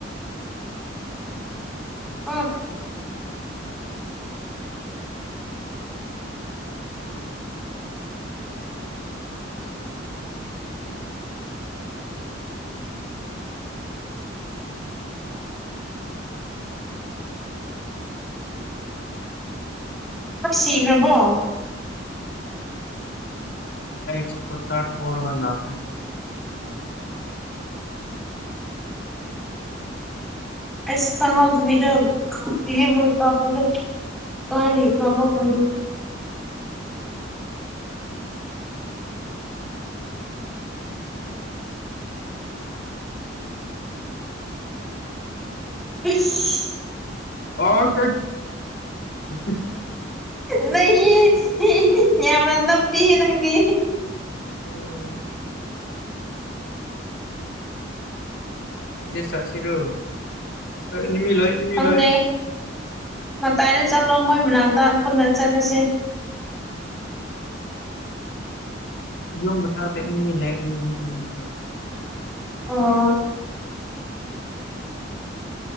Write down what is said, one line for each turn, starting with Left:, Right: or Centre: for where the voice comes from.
Centre: ꯑꯪ꯫ ꯍꯣꯏ ꯁꯤꯈ꯭ꯔꯕꯣ꯫
Left: ꯑꯩꯁ ꯀꯇꯥ <unintelligible>
Centre: ꯑꯁ ꯈꯪꯍꯧꯗꯕꯤꯗ <unintelligible> ꯀꯞꯄꯥꯗꯣ꯫ ꯀꯥꯏꯔꯤ ꯀꯥꯞ ꯄꯛꯄꯅꯣ꯫ ꯏꯁ꯫
Left: <unintelligible>
Centre: ꯅꯩ ꯌꯥꯝꯅ ꯅꯞꯄꯤꯍꯦ ꯅꯪꯗꯤ꯫
Left: ꯎꯝ꯫ ꯏꯅꯦ ꯁꯥꯁꯤꯔꯣ ꯏꯅꯤꯃꯤ ꯂꯥꯛ ꯑꯦ ꯏꯅꯤꯃꯤ
Centre: ꯈꯪꯗꯦ
Left: ꯂꯥꯛ ꯑꯦ꯫
Centre: ꯃꯇꯥꯏꯗ ꯆꯠꯂꯣ ꯃꯣꯏ ꯃꯅꯥꯛꯇ ꯄꯨꯟꯅ ꯆꯠꯂꯁꯦ꯫
Left: ꯌꯨꯝ ꯃꯈꯥ ꯆꯠꯅꯤꯡꯉꯏ <unintelligible>
Centre: ꯑꯥ꯫